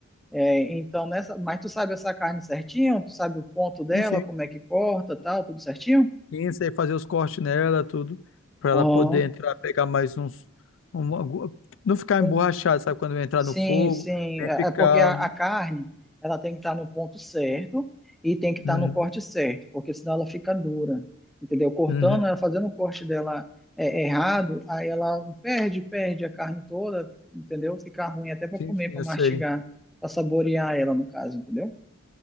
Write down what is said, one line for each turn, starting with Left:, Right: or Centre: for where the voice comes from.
Centre: é, então nessa. Mas tu sabe essa carne certinho? Tu sabe o ponto dela,
Left: Isso, hein?
Centre: como é que corta, tal, tudo certinho?
Left: Isso aí, fazer os cortes nela, tudo, pra
Centre: Aham.
Left: ela poder entrar, pegar mais uns. um- algu- não ficar
Centre: um
Left: emborrachado, sabe? Quando entrar
Centre: Sim,
Left: no fogo,
Centre: sim.
Left: nem
Centre: É
Left: ficar.
Centre: é porque a, a carne, ela tem que estar no ponto certo e tem que estar
Left: Uhum,
Centre: no corte certo, porque senão ela fica dura, entendeu? Cortando,
Left: uhum.
Centre: ela fazendo o corte dela é, errado, aí ela perde, perde a carne toda, entendeu? Fica ruim até para
Left: Sim,
Centre: comer,
Left: sim,
Centre: para
Left: eu
Centre: mastigar,
Left: sei.
Centre: para saborear ela, no caso, entendeu?